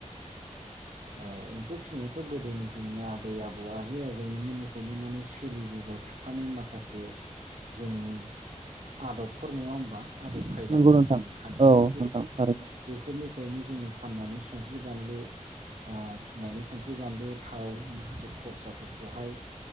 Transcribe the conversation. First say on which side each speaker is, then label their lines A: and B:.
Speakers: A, on the right; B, on the right.
A: ओ एम्फौ फिसिनायाथ' गोदोनि जोंनि आबै आबौ आजै आजौनिमोननिफ्रायनो माने सोलिबोबाय थाख नाय माखासे जोंनि आदबफोर नङा होमबा आदब खायगाफोर
B: नंगौ नोंथां
A: जों खाथिफोर
B: औ नोंथां थारैनो
A: बेफोरनिफ्रायनो जोङो फाननानै संख्रि बानलु अ फिसिनानै संख्रि बानलु थाव माखासे खरसाफोरखौहाय